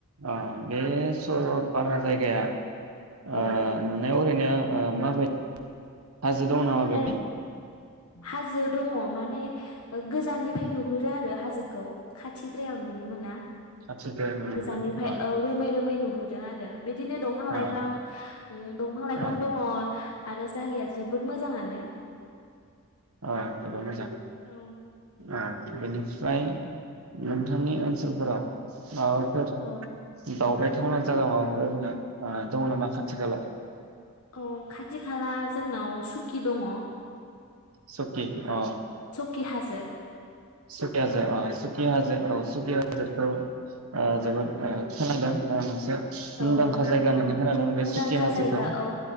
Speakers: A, on the right (about 75°); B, on the left (about 85°).
A: अ बे सरलपारा जायगाया
B: औ
A: ओ नुनायाव ओरै नो ओ माबाय हाजो दं नामा
B: नुनाय
A: बेवहाय?
B: हाजो दङ माने गोजाननिफाय नुहुरो आरो हाजोखौ खाथिद्रायाव नुनो मोना।
A: खाथिद्राय नुनो
B: गोजाननिफाय
A: मोना अ
B: औ रोमै रोमै नु नुदों आरो बि दिनो दंफां लाइफां
A: अ
B: ओम दंफां लाइफां
A: औ
B: दङ। आरो जायगाया जोबोद मोजाङानो।
A: अ जोबोद मोजां
B: औ
A: औ बेनि फ्राय नोंथांनि ओनसोलफोराव माबाफोर
B: औ
A: दावबाय थावना जागा माबाफोर ओरैनो ओ दङना नामा खाथि खाला?
B: औ खाथि खाला जोंनाव सुकि दङ।
A: सकि अ।
B: कि हाजो।
A: सुकि हाजो
B: औ
A: अ सुकि हाजो औ सुकि हाजो खौ ओ जोबोद ओ खोनादों ओ मोनसे मुंदांखा
B: औ
A: जायगा होननानै
B: औ
A: खोनादों बे
B: मुंदांखा
A: सुकि हाजोखौ
B: जायगा औ